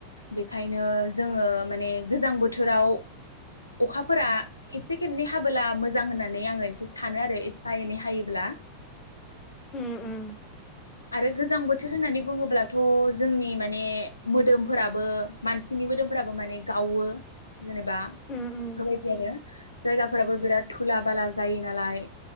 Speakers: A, on the left; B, on the left.
A: बेखायनो जोङो माने गोजां बोथोराव अखाफोरा खेबसे खेबनै हाबोला मोजां होननानै नानै आङो एसे सानो आरो एसफा एनै हायोब्ला
B: उम उम
A: आरो गोजां बोथोर होननानै बुङोब्लाथ' जोंनि माने मोदोमफोराबो मानसिनि मोदोमफोराबो माने गावो जेनेबा
B: उम
A: बेफोरबायदि
B: उम
A: आरो जायगाफोराबो बिराद दुला बाला जायो नालाय